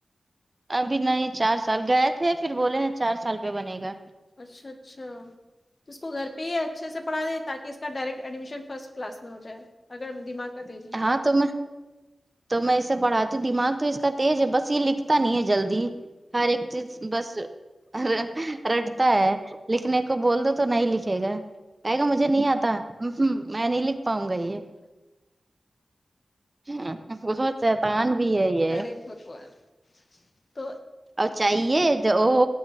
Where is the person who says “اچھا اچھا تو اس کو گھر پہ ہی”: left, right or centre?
Left